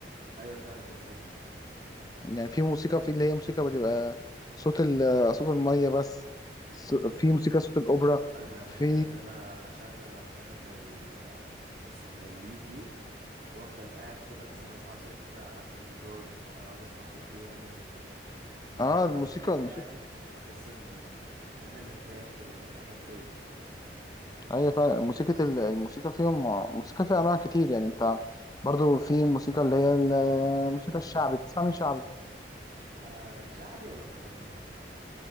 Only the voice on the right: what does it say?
ايوه فعلا دي حقيقه
انا بحب
ان انا اشغل احيانا ال... اسم اليوتيوب وافضل قاعد كده مثلا اسمع صوت عزف جيتار اقعد اسمع صوت بيانو ببقى
قاعد بحس ان ان انا مرتاح كده مرتاح نفسيا
آه شعبي ولا مهرجانات